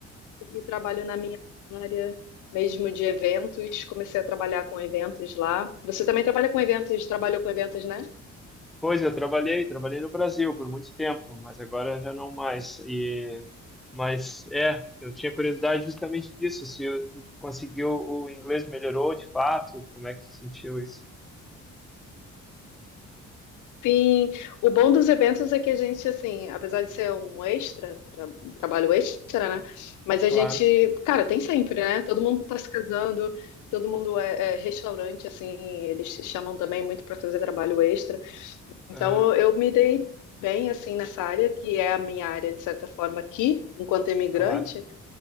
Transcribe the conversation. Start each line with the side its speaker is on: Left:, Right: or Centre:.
Left: Segui trabalhando na minha área, mesmo de eventos, comecei a trabalhar com eventos lá. Você também trabalha com eventos, trabalhou com eventos, né?
Centre: Pois eu trabalhei, trabalhei no Brasil por muito tempo, mas agora já não mais. E mas é, eu tinha curiosidade justamente disso, se eu conseguiu o inglês melhorou de fato, como é que você sentiu isso?
Left: Sim, o bom dos eventos é que a gente, assim, apesar de ser um extra, tra- um trabalho extra, né? Mas
Centre: Claro.
Left: a gente, cara, tem sempre, né? Todo mundo tá se casando, todo mundo é, é restaurante, assim, eles te chamam também muito para fazer trabalho extra. Então,
Centre: Ah,
Left: eu me dei bem, assim, nessa área, que é a minha área, de certa forma, aqui, enquanto imigrante.
Centre: claro.